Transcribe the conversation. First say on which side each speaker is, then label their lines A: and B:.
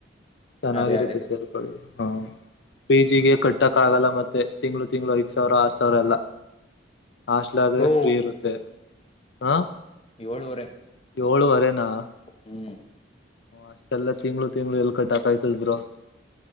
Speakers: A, on the left (about 65°); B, on the left (about 30°).
A: ಚೆನ್ನಾಗಿರುತ್ತೆ
B: ಅದೇ ಅದೇ
A: ಸೇರ್ಕೊಳ್ಳಿ ಹ ಪಿ. ಜಿ ಗೆ ಕಟ್ಟಕ್ ಆಗಲ್ಲ ಮತ್ತೆ ತಿಂಗಳು ತಿಂಗಳು ಐದು ಸಾವಿರ ಆರು ಸಾವಿರ ಎಲ್ಲ ಹಾಸ್ಟೆಲ್ ಆದ್ರೆ
B: ಬ್ರೋ
A: ಫ್ರೀ ಇರುತ್ತೆ. ಹಾ
B: ಏಳೂವರೆ
A: ಏಳುವರೆನಾ...
B: ಹ್ಮ್,
A: ಅಷ್ಟೆಲ್ಲ ತಿಂಗಳು ತಿಂಗಳು ಎಲ್ ಕಟ್ಟಕಾಯ್ತದ ಬ್ರೋ.